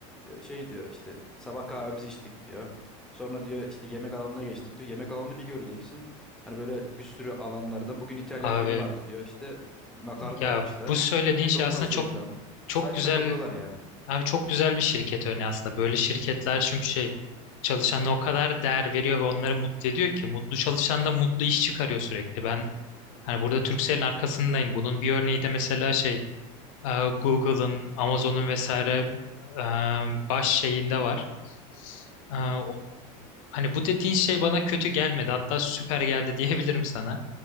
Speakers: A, in the centre; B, on the left.
A: e, şey diyor işte sabah kahvemizi içtik diyor. Sonra diyor işte yemek alanına geçtik diyor. Yemek alanını bir göreceksin. Hani böyle bir sürü alanlardan bugün İtalyan
B: Abi
A: günü vardı diyor. İşte makarna
B: ya
A: yapmışlar.
B: bu söylediğin şey
A: Çok
B: aslında
A: fazla
B: çok
A: ikram.
B: çok
A: Sadece
B: güzel
A: takılıyorlar yani.
B: Abi çok güzel bir şirket örneği aslında. Böyle şirketler çünkü şey çalışanına o kadar değer veriyor ve onları mutlu ediyor ki mutlu çalışan da mutlu iş çıkarıyor sürekli. Ben
A: Hı hı.
B: hani burada Turkcell'in arkasındayım. Bunun bir örneği de mesela şey e, Google'ın, Amazon'un vesaire e, baş şeyinde var.
A: Hı
B: E,
A: hı.
B: o- Hani bu dediğin şey bana kötü gelmedi. Hatta süper geldi <laughs> diyebilirim sana.